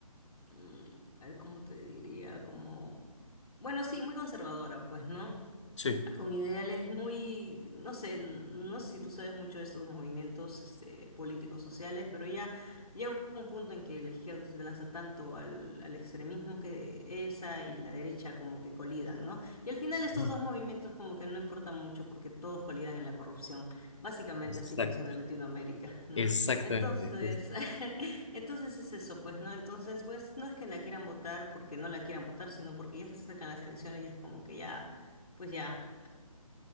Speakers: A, on the left (about 80°); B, on the left (about 55°).
A: mm, a ver cómo te diría, como, bueno, sí, muy conservadora, pues, ¿no?
B: Sí,
A: con ideales muy, no sé, n- no sé si tú sabes mucho de estos movimientos este, políticos sociales, pero ya llega un punto en que la izquierda se lanza tanto al, al extremismo que esa y la derecha como que colidan, ¿no? Y al final estos
B: Ujú.
A: dos movimientos como que no importan mucho porque todos colidan en la corrupción. Básicamente
B: Exacto.
A: así funciona Latinoamérica, ¿no?
B: exactamente.
A: Entonces,
B: Pues
A: <laughs> entonces es eso, pues, ¿no? Entonces, pues no es que la quieran votar porque no la quieran votar, sino porque ya se acercan las elecciones y es como que ya, pues ya.